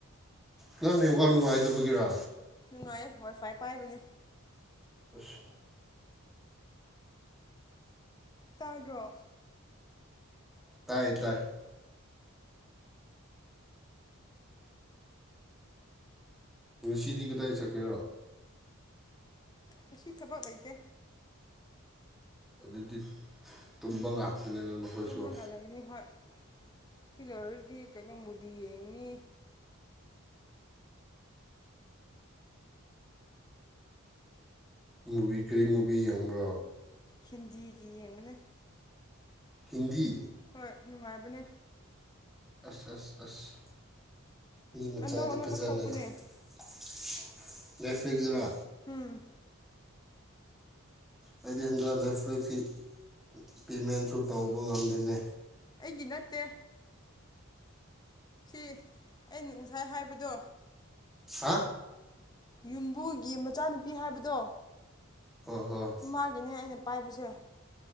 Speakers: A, in the centre; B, on the left.
A: ꯅꯪ ꯅꯦꯋꯥꯥꯛ ꯅꯨꯡꯉꯥꯏꯇꯕꯒꯤꯔ
B: ꯅꯨꯡꯉꯥꯏꯌꯦ ꯋꯥꯏꯐꯥꯏ ꯄꯥꯏꯕꯅꯦ
A: ꯑꯁ
B: ꯇꯥꯗ꯭ꯔꯣ
A: ꯇꯥꯏꯌꯦ ꯇꯥꯥꯏ ꯉꯁꯤꯗꯤ ꯀꯗꯥꯏ ꯆꯠꯀꯦꯔꯣ
B: ꯉꯁꯤ ꯊꯕꯛ ꯂꯩꯇꯦ
A: ꯑꯗꯨꯗꯤ ꯇꯨꯝꯕ ꯉꯥꯛꯇꯅꯤꯅ ꯅꯈꯣꯏꯁꯨ
B: ꯇꯨꯝꯃꯥꯒ ꯂꯩꯔꯦ ꯍꯣꯏ ꯁꯤꯂꯣꯏꯔꯗꯤ ꯀꯩꯅꯣ ꯃꯨꯚꯤ ꯌꯦꯡꯅꯤ
A: ꯃꯨꯚꯤ ꯀꯔꯤ ꯃꯨꯚꯤ ꯌꯦꯡꯕ꯭ꯔꯥ
B: ꯍꯤꯟꯗꯤꯒꯤ ꯌꯦꯡꯕꯅꯦ
A: ꯍꯤꯟꯗꯤ
B: ꯍꯣꯏ ꯅꯨꯡꯉꯥꯏꯕꯅꯦ
A: ꯑꯁ ꯑꯁ ꯑꯁ ꯃꯤ ꯃꯆꯥꯗꯤ
B: ꯑꯅꯧ ꯑꯅꯧꯕ
A: ꯐꯖꯅ
B: ꯊꯣꯛꯄꯅꯦ
A: <unintelligible> ꯔꯦꯐꯔꯤꯒꯔ
B: ꯎꯝ
A: ꯑꯩꯗꯤ ꯍꯟꯗꯡ <unintelligible> ꯄꯦꯃꯦꯟꯁꯨ ꯇꯧꯕ ꯉꯝꯗꯦꯅꯦ
B: ꯑꯩꯒꯤ ꯅꯠꯇꯦ ꯁꯤ ꯑꯩꯅ ꯉꯁꯥꯏ ꯍꯥꯏꯕꯗꯣ
A: ꯍꯥ
B: ꯌꯨꯝꯕꯨꯒꯤ ꯃꯆꯥꯅꯨꯄꯤ ꯍꯥꯏꯕꯗꯣ
A: ꯍꯣ ꯍꯣꯏ
B: ꯃꯥꯒꯤꯅꯦ ꯑꯩꯅ ꯄꯥꯏꯕꯁꯦ